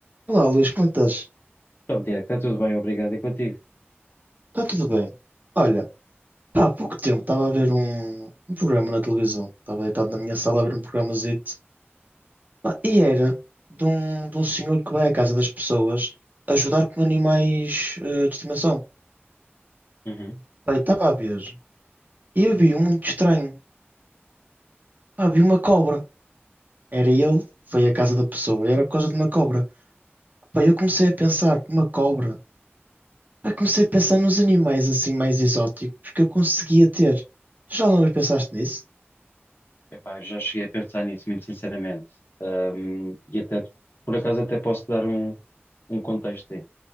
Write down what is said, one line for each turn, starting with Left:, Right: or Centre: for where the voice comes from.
Right: Olá, Luís, como é que estás?
Left: Então, Tiago, está tudo bem, obrigado. E contigo?
Right: Está tudo bem? Olha, pá, há pouco tempo estava a ver um, um programa na televisão. Estava deitado na minha sala a ver um programazito. Pá, E era de um, de um senhor que vai à casa das pessoas ajudar com animais eh, de estimação.
Left: Uhum.
Right: Pá, e estava a ver. E eu vi um muito estranho. Pá, vi uma cobra. Era ele, foi à casa da pessoa e era por causa de uma cobra. Pá, eu comecei a pensar, uma cobra. Pá, comecei a pensar nos animais assim mais exóticos que eu conseguia ter. Tu já alguma vez pensaste nisso?
Left: Epá, eu já cheguei a pensar nisso, muito sinceramente. Ahm, e até, por acaso, até posso dar um, um contexto.